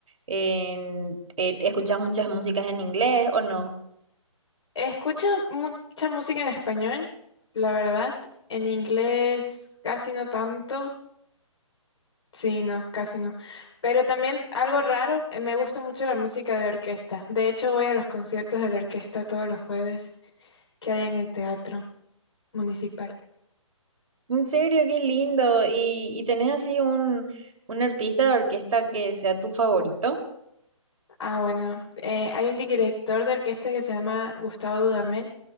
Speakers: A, on the right (about 70°); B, on the left (about 60°).
A: En, eh, ¿escuchas muchas músicas en inglés o no?
B: Escucho mucha música en español, la verdad. En inglés casi no tanto. Sí, no, casi no. Pero también algo raro, eh, me gusta mucho la música de orquesta. De hecho, voy a los conciertos de la orquesta todos los jueves que hay en el teatro municipal.
A: En serio, qué lindo. ¿Y, y tenés así un, un artista de orquesta que sea tu favorito?
B: Ah, bueno, eh, hay un director de orquesta que se llama Gustavo Dudamel.